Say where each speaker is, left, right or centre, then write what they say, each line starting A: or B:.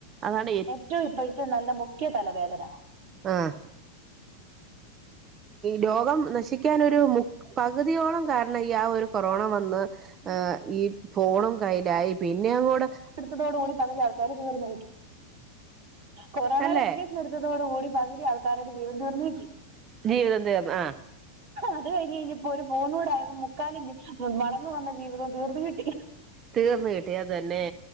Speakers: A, on the right; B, on the right.
A: അതാണ്
B: ഏറ്റവും ഇപ്പോഴത്തെ നല്ല മുഖ്യ തലവേദന
A: അഹ് ലോകം നശിക്കാൻരു മു പകുതിയോളം കാരണം ഈ ആ ഒരു കൊറോണ വന്ന് ആഹ് ഈ ഫോണും കൈയ്യിലായി പിന്നെ അങ്ങോടെ
B: എടുത്തോടടെ ഒര് പകുതി ആൾക്കാർ തീർന്ന കൊറോണടെ
A: അല്ലേ
B: ഇന്ത്യ എടുത്തോട്കൂടി പകുതി ആൾക്കാരുടെ ജീവൻ തീർന് കിട്ടി
A: ജീവിതം തീർന്ന് ആഹ്
B: അത് കഴിഞ്ഞ് കഴിഞ്ഞപ്പോ ഒരു ഫോണൂടെ ആയപ്പോ മുക്കാലി വളന്നു വന്ന ജീവിതവും തീർന്ന് കിട്ടി
A: തീർന്ന് കിട്ടി അത് തന്നെ